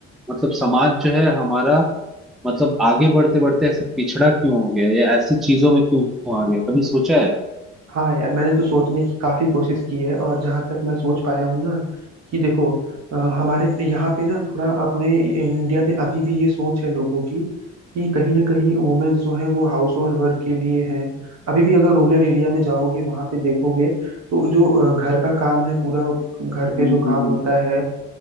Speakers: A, in the centre; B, on the right.
A: मतलब समाज जो है हमारा मतलब आगे बढ़ते बढ़ते ऐसे पिछड़ा क्यों हो गया या ऐसी चीजों में क्यों आ गया कभी सोचा है
B: हाँ यार मैंने तो सोचने की काफी कोशिश की है और जहां तक मैं सोच पाया हूँ ना कि देखो अ, हमारे यहाँ पे ना थोड़ा अपने इंडिया में अभी भी ये सोच है लोगों की कि कहीं ना कहीं वुमेन्स जो है वो हाउस होल्ड वर्क के लिए है अभी भी अगर रूरल एरिया में जाओगे वहां पे देखोगे तो जो अ, घर का काम है पूरा घर
A: हम्म
B: पे जो
A: हम्म
B: काम
A: हम्म।
B: होता है अ,